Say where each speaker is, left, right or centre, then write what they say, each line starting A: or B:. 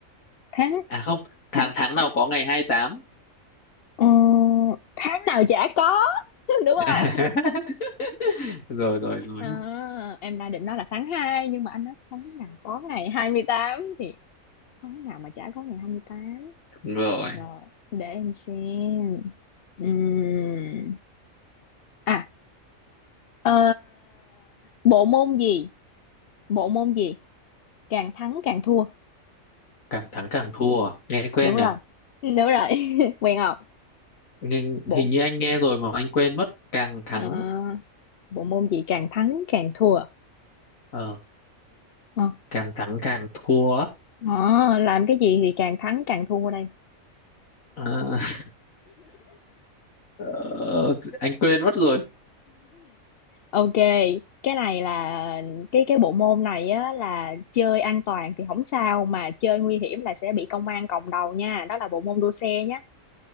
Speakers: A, on the left; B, on the left.
A: tháng
B: à không tháng
A: tháng
B: tháng nào có ngày hai tám
A: ờ, tháng nào chả có <laughs> đúng
B: <laughs>
A: không
B: rồi rồi rồi
A: à, em đang định nói là tháng 2 nhưng mà anh nói tháng nào có ngày 28 thì tháng nào mà chả có ngày hai mươi tám
B: Đúng rồi.
A: rồi để em xem Ừm, à ờ, bộ môn gì bộ môn gì càng thắng càng thua
B: càng thắng càng thua à? nghe quen
A: đúng
B: nhỉ
A: rồi đúng rồi <laughs> quen không
B: nhưng
A: bộ
B: hình như anh nghe rồi mà anh quên mất càng thắng
A: ờ, bộ môn gì càng thắng càng thua
B: ờ
A: Ờ,
B: càng thắng càng thua á.
A: Ờ, làm cái gì thì càng thắng càng thua đây.
B: Ờ, <laughs> ờ, anh quên mất rồi
A: Ok, cái này là cái cái bộ môn này á là chơi an toàn thì không sao mà chơi nguy hiểm là sẽ bị công an còng đầu nha. Đó là bộ môn đua xe nhá.